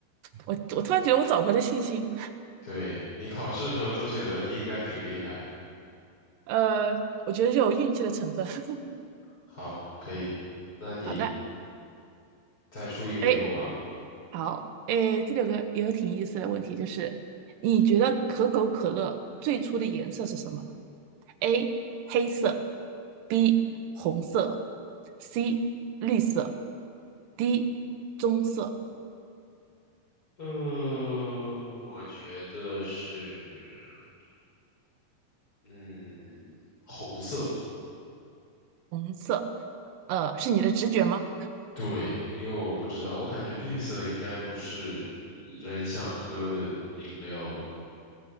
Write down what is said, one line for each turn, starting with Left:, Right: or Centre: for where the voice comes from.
Right: 我我突然觉得我找回了信心。
Left: 对，你考试的时候做选择题应该挺厉害。
Right: 呃，我觉得就有运气的成分。<laughs>
Left: 好，可以，那你
Right: 好的，
Left: 再出一个给我吧。
Right: 哎，好，哎，这里有个也有挺有意思的问题，就是你觉得可口可乐最初的颜色是什么？A 黑色，B 红色，C 绿色，D 棕色
Left: 呃，我觉得是，嗯，红色，
Right: 色。呃，是你的直觉吗？
Left: 对，因为我不知道，我感觉绿色应该不是人想喝的饮料吧？